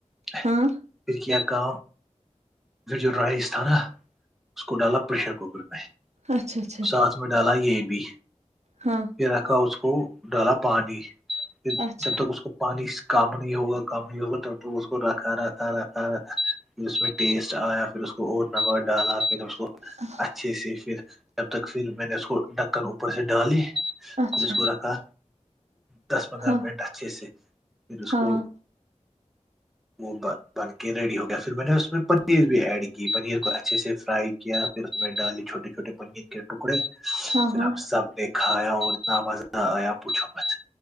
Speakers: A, in the centre; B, on the right.
A: پھر
B: ہاں
A: کیا کا پھر جو رائس تھا نا اس کو ڈالا پریشر کوکر میں
B: اچھا اچھا
A: ساتھ میں ڈالا یہ بھی
B: ہاں
A: رکھا اس کو ڈالا پانی پھر
B: اچھا
A: جب تک اس پانی کم نہیں ہوگا کم نہیں ہوگا تو اس کو رکھا را کا رہا پھر اس میں ٹیسٹ آیا پھر اس کو نب ڈالا پھر اس کو
B: اچھا
A: اچھے سے پھر جب تک پھر میں نے اس کو ڈکن اوپر سے ڈالی
B: اچھا
A: پھر اس کو رکھا دس پندرہ
B: ہاں
A: منٹ اچھے سے پھر اس
B: ہاں
A: کو وہ بن کے ریڈی ہو گیا پھر میں نے اس میں پنیر بھی ایڈ کی پنیر کو اچھے سے فرائی کیا پھر اس میں ڈالے چھٹے چھوٹے پنیر کے ٹکڑے
B: ہاں
A: پھر
B: ہاں
A: ہم سب نے کھایا اور اتنا مزہ آیا پوچھو پت